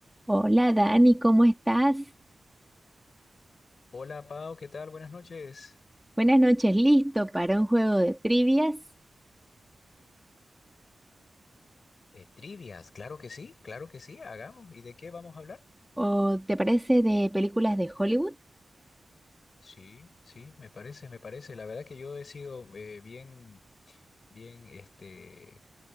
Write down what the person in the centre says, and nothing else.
Hola Dani, ¿cómo estás?
Buenas noches, ¿listo para un juego de trivias?
¿O te parece de películas de Hollywood?